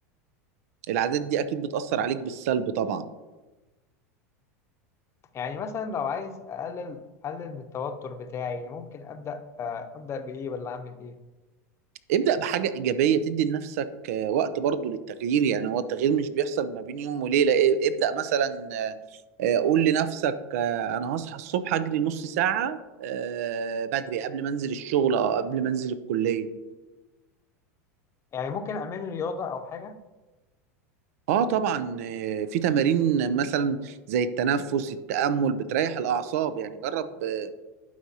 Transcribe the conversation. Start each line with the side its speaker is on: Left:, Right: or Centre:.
Right: العادات دي اكيد بتأثر عليك بالسلب طبعا
Left: يعني مثلا لو عايز اقلل اقلل من التوتر بتاعي ممكن ابدا آه، ابدا بايه ولا اعمل ايه
Right: ابدأ بحاجة إيجابية تدي لنفسك آه، وقت برضو للتغيير يعني هو التغيير مش بيحصل ما بين يوم وليلة إيه، ابدأ مثلا آه، آه، قول لنفسك آه، أنا هصحى الصبح أجري نص ساعة آه، بدري قبل ما أنزل الشغل أو قبل ما أنزل الكلية
Left: يعني ممكن اعمل رياضة او حاجة
Right: اه طبعا آه، في تمارين مثلا زي التنفس التأمل بتريح الأعصاب يعني جرب آه،